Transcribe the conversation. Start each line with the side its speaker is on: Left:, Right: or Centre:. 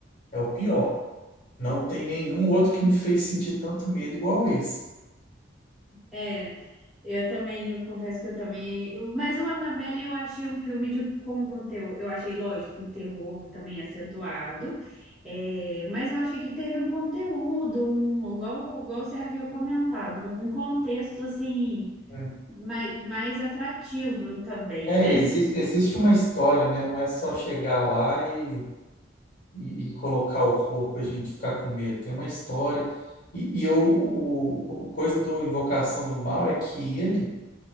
Left: É o pior.
Centre: É,
Left: Não tem nenhum outro que me fez sentir tanto medo igual esse.
Centre: é. Eu também, eu confesso que eu também. eu- mas o Annabelle eu achei um filme de, com conteúdo. Eu achei, lógico, um terror também acentuado. é, mas eu achei que teve um conteúdo, um, igual, igual você havia comentado, um, um contexto assim
Left: É,
Centre: mais, mais atrativo também,
Left: É,
Centre: né?
Left: exi- existe uma história, né? Não é só chegar lá e, e, e colocar o corpo, a gente ficar com medo. Tem uma história. E, e eu, o, o, o coisa do Invocação do Mal é que ele.